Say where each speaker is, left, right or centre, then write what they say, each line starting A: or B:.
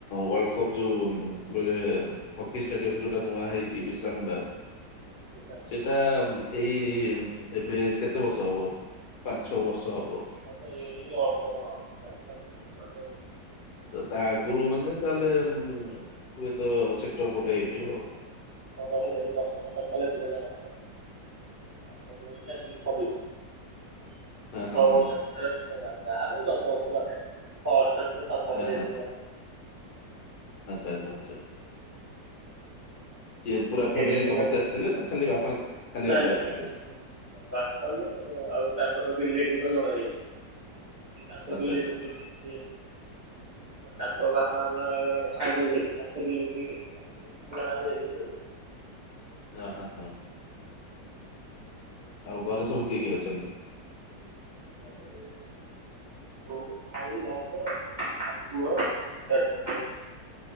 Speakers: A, on the left; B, on the right.
A: ୱାର୍ଲଡ କପ୍ ଯୋଉ ବେଳେ ହକି ଷ୍ଟାଡିୟମ ଯୋଉଟା
B: ହଁ
A: ନୂଆ ହେଇଛି ବିର୍ସାମୁଣ୍ଡା
B: ବିଶାଖା
A: ସେଇଟା ଏଇ ଏବେ କେତେ ବର୍ଷ ହବ ପାଞ୍ଚ ଛ ବର୍ଷ ହବ।
B: ଆଉ ଏଇ ଅଳ୍ପ <inaudible>
A: ତ ତା ଆଗୁରୁ
B: ମୋର
A: ମାନେ ତାହେଲେ ହୁଏତ ସେକ୍ଟର ହୁଏତ ପଟେ ହେଇଥିବ ଆଉ
B: ପର ହେଲେ ଦଶମ ସପ୍କାହ ଦୁଇ ହଜାର ଅଠର ଆଉପ ହେଇଛି ଆଜିକି ଛବିଶି <unintelligible>
A: ହଁ ହଁ
B: ଆଶ
A: ହଁ
B: ବର୍ଷ ଯାହାହେଲେ ବି ଦଶ ବର୍ଷ ପାଖା ହେଇ ଷଷ୍ଟ ସପ୍ମ
A: ଆ
B: ଦେଇଥିଲି
A: ହଁ
B: ମେ
A: ଆଚ୍ଛା ଆଚ୍ଛା କିଏ ପୁରା
B: ଅଛି। ଖିଆ
A: ଫ୍ୟାମିଲି
B: ପିଆ ସରିଲାଣି
A: ସମସ୍ତେ
B: ଭାଇ?
A: ଆସିଥିଲେ ନା ଖାଲି ବାପା ଖାଲି
B: ନାଇଁ
A: ବାପା
B: ନାଇଁ
A: ଆସିଥିଲେ
B: ବାପା ମୁଁ ଆଉ ତାଙ୍କର ରିଲେଟିଭ ଟ ଜଣେ ଯାଇଥିଲେ। ତାଙ୍କ
A: ଆଚ୍ଛା
B: ରିଲେଟିଭ
A: ଆଚ୍ଛା
B: ଲ
A: <inaudible>
B: ତାଙ୍କ ବାପାଙ୍କର ସାଙ୍ଗ ଯାଇଥିଲା ତାଙ୍କ ରିଲେଟିଭ ଜଣେ ଆମେ ଯାଇଥିଲୁ ଆଉ
A: ଓ ହଁ ହଁ। ଆଉ ଘରେ ସବୁ କିଏ କିଏ ଅଛନ୍ତି? <inaudible>
B: ଘରେ ବୋଉ ଭାଇ ଭାଉଜ ଆଉ ପୁଅ <inaudible>